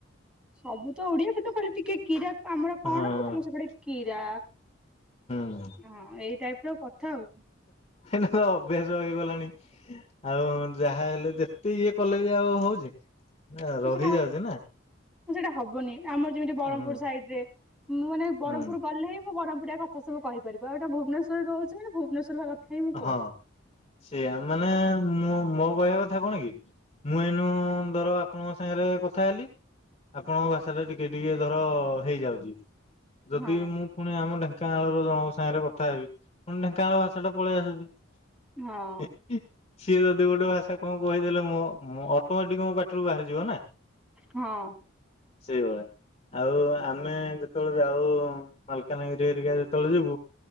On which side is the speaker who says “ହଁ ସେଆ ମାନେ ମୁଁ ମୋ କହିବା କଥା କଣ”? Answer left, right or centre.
Left